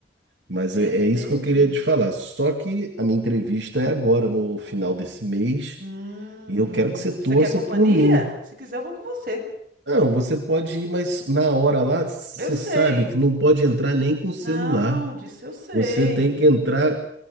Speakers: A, on the right; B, on the right.
A: Mas
B: É
A: é
B: mesmo?
A: é isso que eu queria te falar. Só que a minha entrevista é agora, no final desse mês,
B: Hum,
A: e eu quero que você
B: você
A: torça
B: quer companhia?
A: por mim.
B: Se quiser, eu vou com você.
A: Não, você pode ir, mas na hora lá, você
B: Eu sei.
A: sabe que não pode entrar nem com o
B: Não,
A: celular.
B: disse eu sei.
A: Você tem que entrar,